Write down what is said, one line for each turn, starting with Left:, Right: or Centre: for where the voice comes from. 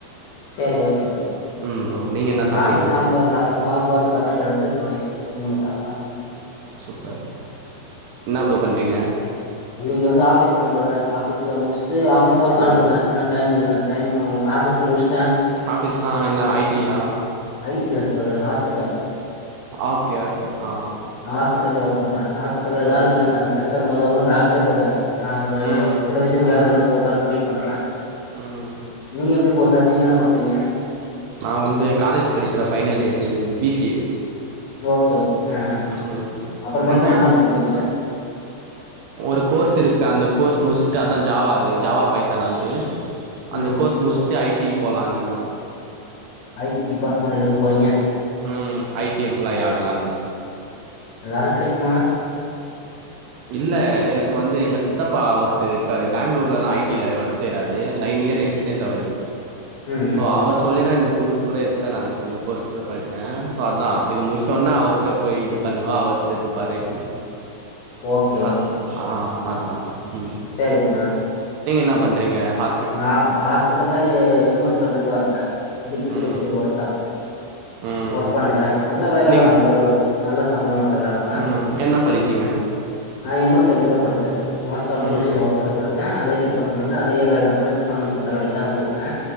Left: செரி ஓகே பிரதர்
Right: ம் ப்ரோ நீங்க என்ன சாப்ட்டீங்க
Left: நாங்க சாம்பார் நாங்க சாம்பார் கர்னக்கெழங்கு ரைஸ் மூணு சாப்ட்டோ
Right: ம் சூப்பர் இன்னா ப்ரோ பண்றீங்க
Left: இன்னைக்கு வந்து ஆபீஸ் போன பிரதர் ஆபீஸ்ல முஸ்ட்டு ஆபீஸ்ல உக்காந்துருக்க
Right: ம்
Left: <unintelligible> டைம் இல்ல டைம் <unintelligible> ஆபீஸ்ல முஸ்
Right: ஆபீஸ்னா என்னா ஐ டி யா
Left: ஐ டி ல்லஸ் பிரதர் ஹாஸ்பிட்டல்
Right: ஓகே ஓகே ஆ
Left: ஹாஸ்பிட்டல்ல ஒர்க் பண்றே ஹாஸ்பிட்டல்ல எல்லாரு
Right: ம்
Left: கெளம்பிட்டங்க சிஸ்டர் மொதகொண்டு டாக்டரே போய்ட்டாங்க நாங்க அந்த
Right: ம்
Left: சில விஷ்யங்களுக்காக
Right: ம்
Left: <unintelligible> பண்ற வெயிட் பண்ற
Right: ம்
Left: நீங்க எப்டி போது சார் நீங்க என்ன பண்றீங்க
Right: நா வந்து காலேஜ் படிக்கிற ஃபைனல் இயர் இது B C A
Left: okay okay ஆ
Right: ம் ம்
Left: அப்புற மேற்கொண்டு
Right: அதா
Left: இன்னா படிக்க போறீங்க
Right: ஒரு கோர்ஸ் இருக்கு அந்த கோர்ஸ் முஸ்ட்டு அதா ஜாவா அது ஜாவா பைத்தான் அது அந்த
Left: ம்
Right: கோர்ஸ் முஸ்ட்டு ஐ டி போலாம்னுதா
Left: ஐ டி டிபார்ட்மெண்ட் எடுக்க போறீங்க
Right: ம் ஐ டி எம்ப்லாய் ஆகலான்னு
Left: எல்லாரு கெடைக்குமா
Right: இல்ல எனக்கு வந்து எங்க சித்தப்பா ஒருத்தரு இருக்காரு பெங்களூர்ல தா ஐ டி ல ஒர்க் செய்றாரு நைன் இயர் எக்ஸ்பீ பீரியன்ஸ் அவருக்கு
Left: ம் ம்
Right: ஸோ அவர் சொல்லிதா இந்த குரூப் கூட எத்தே நானு இந்த கோர்ஸ் கூட படிச்சே ஸோ அதா இது முடிச்ச ஒடனே அவர்ட்ட போய் இது பண்ணுவ அவர் சேத்துப்பாரு ஐ டி
Left: ஓகே
Right: அது ஆ அதா ம்
Left: செரி பிரதர்
Right: என்னா பண்றீங்க ஹ
Left: க்கு நா ஹாஸ்பிட்டல்ல எம் எஸ் டபள்யு வா இருக்கே மெடிக்கல்
Right: ம்
Left: சோசியல் ஒர்க்கார்
Right: ம்
Left: ஒர்க் பண்றே நல்ல வேலைதா
Right: நீங்
Left: நல்ல ஒரு நல்ல சம்பளோ நல்ல வேலதா
Right: ம் என்ன படிச்சீங்க
Left: நா எம் எஸ் டபல்யு தா படிச்சே மாஸ்டர் ஆஃப்
Right: ம்
Left: சோசியல் ஒர்க்கர் படிச்சே அதே டிப் பாட்மெண்ட்ல அதே வேல படிச்ச சம்பந்தப்பட்ட வேலைக்கு தா வந்துருக்கே